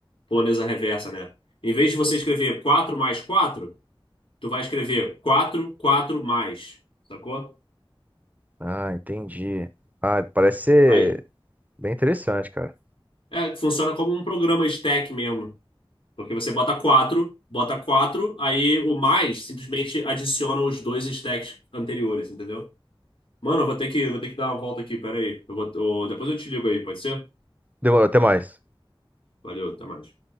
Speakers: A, on the left; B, on the right.
A: polonesa reversa, né? Em vez de você escrever 4 mais 4, tu vai escrever 4, 4 mais, sacou?
B: Ah, entendi. Ah, parece ser
A: Aí,
B: bem interessante, cara.
A: é, funciona como um programa stack mesmo. Porque você bota quatro bota 4 aí o mais simplesmente adiciona os dois stacks anteriores, entendeu? Mano, eu vou ter que, vou ter que dar uma volta aqui, pera aí. Eu vou, eu- depois eu te ligo aí, pode ser?
B: Demorou, até mais.
A: Valeu, até mais.